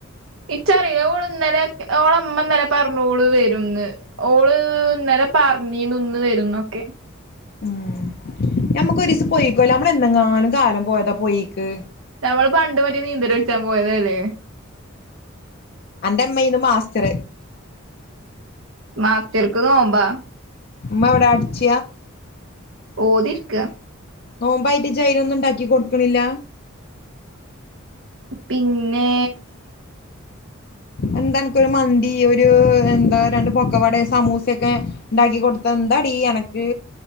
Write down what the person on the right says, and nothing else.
ഇച്ചറില്ലേ ഓള് ഇന്നലെ ഓളമ്മ ഇന്നലെ പറഞ്ഞ ഓള് വരുംന്ന് ഓള് ഇന്നര പറഞ്ഞീന്ന് ഇന്ന് വരുന്നൊക്കെ
ഞമ്മള് പണ്ട് പറ്റി നീന്തല അടിച്ചാൻ പോയതല്ലേ
മാത്തിർക്കതും നോമ്പാ
ഓതിർക്ക്
പിന്നെ